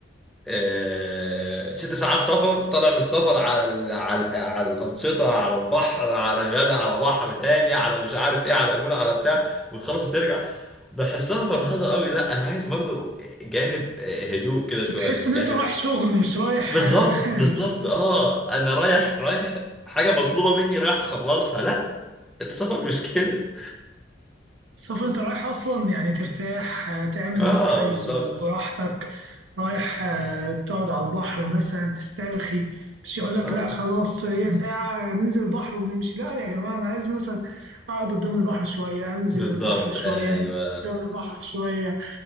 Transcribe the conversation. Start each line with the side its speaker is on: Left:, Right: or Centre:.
Centre: آه... ست ساعات سفر طالع من السفر على ال... على ال... على الانشطه على البحر على غدا على بحر تاني على مش عارف ايه على مول على بتاع وتخلص ترجع بحسها فرهضة قوي لا انا عايز برضو جانب آه،
Right: بس
Centre: هدوء كده شوية
Right: بتحس
Centre: جانب
Right: ان انت رايح شغل مش رايح
Centre: بالظبط
Right: آه،
Centre: بالظبط
Right: <laughs> تدرس
Centre: اه انا رايح رايح حاجه مطلوبه مني رايح اخلصها لا السفر مش كده
Right: السفر انت رايح اصلا يعني ترتاح آه، تعمل
Centre: اه
Right: اللي انت عايزه
Centre: بالظبط
Right: براحتك رايح آه، تقعد على البحر مثلا تسترخي مش يقول لك
Centre: اه
Right: لا خلاص هي ساعة ننزل البحر ونمشي لا يا جماعة انا عايز مثلا اقعد قدام البحر شوية انزل
Centre: بالظبط
Right: البحر شوية
Centre: ايوه
Right: قدام البحر شوية